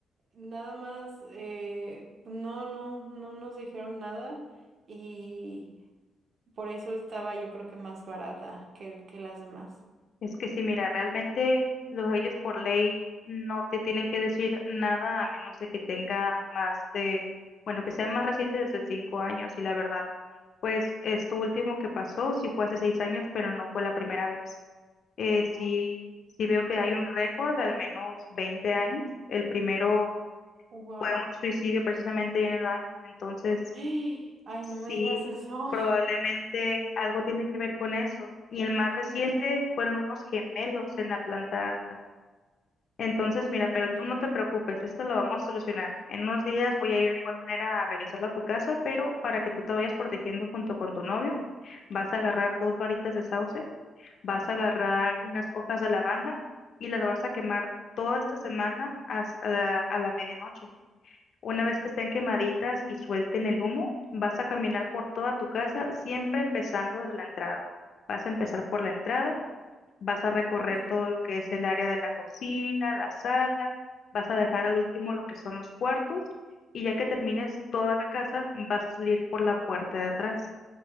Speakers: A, on the right; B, on the left.
A: nada más, eh, pues no, no, no nos dijeron nada y por eso estaba yo creo que más barata que, que las demás.
B: Es que sí, mira, realmente los ellos por ley no te tienen que decir nada a menos de que tenga más de, bueno, que sea más reciente desde cinco años y la verdad, pues esto último que pasó sí fue hace seis años, pero no fue la primera vez. eh, sí,
A: Oh,
B: sí veo que hay un récord de al menos 20 años. El primero
A: Wow.
B: fue un suicidio precisamente ahí en el baño. Entonces,
A: <gasps> Ay,
B: sí,
A: no me digas eso.
B: probablemente
A: <gasps>
B: algo tiene que ver con eso. Y el más reciente
A: No,
B: fueron unos gemelos en la planta alta. Entonces, mira, pero
A: no.
B: tú no te preocupes, esto lo vamos a solucionar. En unos días voy a ir de igual manera a revisarlo a tu casa, pero para que tú te vayas protegiendo junto con tu novio, vas a agarrar dos varitas de sauce Vas a agarrar unas hojas de lavanda y las vas a quemar toda esta semana hasta la- a la medianoche. Una
A: Ok.
B: vez que estén quemaditas y suelten el humo, vas a caminar por toda tu casa, siempre empezando desde la entrada. Vas a empezar por la entrada, vas a recorrer
A: Ok.
B: todo lo que es el área de la cocina, la sala, vas a dejar al último lo que son los cuartos y ya que termines toda la casa, vas a salir por la puerta de atrás.